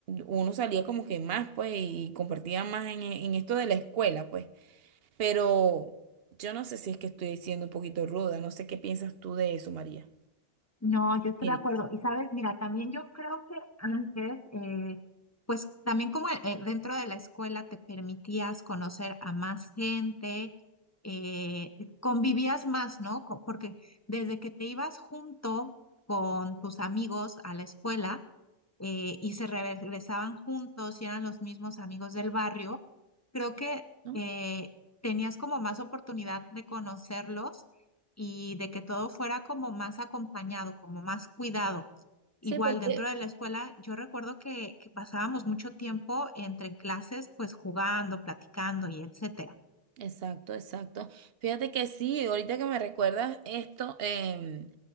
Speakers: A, on the right; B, on the left.
A: uno salía como que más, pues, y compartía más en, en esto de la escuela, pues. Pero yo no sé si es que estoy siendo un poquito ruda, no sé qué piensas tú de eso, María.
B: No, yo estoy
A: Mire,
B: de acuerdo. Y sabes, mira, también yo creo que antes, eh, pues también como eh, dentro de la escuela te permitías conocer a más gente, eh, convivías más, ¿no? Co- Porque desde que te ibas junto con tus amigos a la escuela, eh, y se regresaban juntos y eran los mismos amigos del barrio, creo que
A: ¿no?
B: eh, tenías como más oportunidad de conocerlos y de que todo fuera como más acompañado, como más cuidado. Igual
A: Sí, porque
B: dentro de la escuela, yo recuerdo que, que pasábamos mucho tiempo entre clases, pues jugando, platicando y etcétera.
A: Exacto, exacto. Fíjate que sí, ahorita que me recuerdas esto, em,